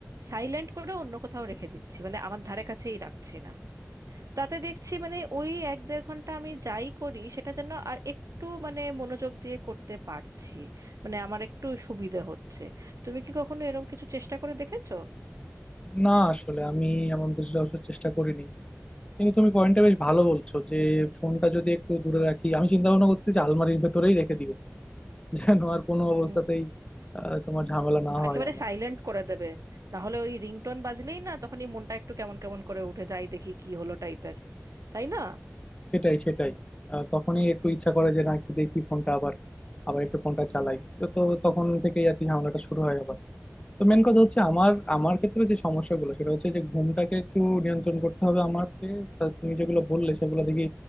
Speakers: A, on the right; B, on the left.
A: সাইলেন্ট করে অন্য কোথাও রেখে দিচ্ছি মানে আমার ধারে কাছেই রাখছি না তাতে দেখছি মানে ওই এক দেড় ঘন্টা আমি যাই করি সেটা যেন আর একটু মানে মনোযোগ দিয়ে করতে পারছি মানে আমার একটু সুবিধে হচ্ছে তুমি কি কখনো এরকম কিছু চেষ্টা করে দেখেছো
B: না আসলে আমি এমন কিছু অবশ্য চেষ্টা করিনি কিন্তু তুমি পয়েন্টটা বেশ ভালো বলছো যে ফোনটা যদি একটু দূরে রাখি আমি চিন্তা ভাবনা করছি যে আলমারির ভেতরেই রেখে দিব <laughs> যেন আর কোনো অবস্থাতেই
A: হুম
B: আহ, তোমার ঝামেলা না হয়
A: একেবারে
B: আমার
A: সাইলেন্ট করে দেবে না হলে ওই রিংটোন বাজলেই না তখনই মনটা একটু কেমন কেমন করে উঠে যাই দেখি কি হলো টাইপের তাই না
B: সেটাই সেটাই আহ, তখনই একটু ইচ্ছা করে যে না একটু দেখি ফোনটা আবার আবার একটু ফোনটা চালাই তো তখন থেকেই আর কি ঝামেলাটা শুরু হয় আবার তো মেন কথা হচ্ছে আমার আমার ক্ষেত্রে যে সমস্যাগুলো সেটা হচ্ছে যে ঘুমটাকে একটু নিয়ন্ত্রণ করতে হবে আমাকে তা তুমি যেগুলো বললে সেগুলো দেখি